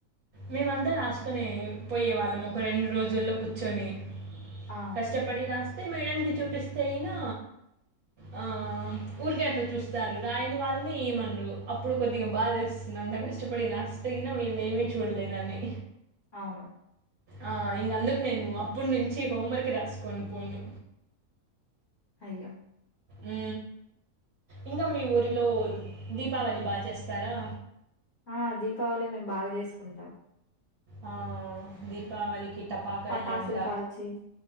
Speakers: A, on the right; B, on the left.
A: మేమంతా రాసుకునే పోయే వాళ్ళం ఒక రెండు రోజుల్లో కూర్చొని
B: ఆ!
A: కష్టపడి రాస్ తె మేడకి చూపిస్తే అయినా ఆ ఊరికె అట్ల చూస్ స్తారు రాయని వాళ్ళని ఏమనరు అప్పుడు కొద్దిగా బాదేస్తుంది అంత కష్టపడి రాస్తేగిన వీళ్లేమి చూడలేదని
B: అవును
A: ఆ ఇంకందుకు నేను అప్పుడు నుంచి హోంవర్క్ రాసుకొని పోను
B: అయ్యో
A: ఊ ఇంకా మీ ఊరిలో దీపావళి బాగా చేస్తారా
B: ఆ దీపావళి మేము బాగా చేసుకుంటాం
A: ఆ దీపావళికి టపాకాయాలంట
B: పటాసులు కాల్చి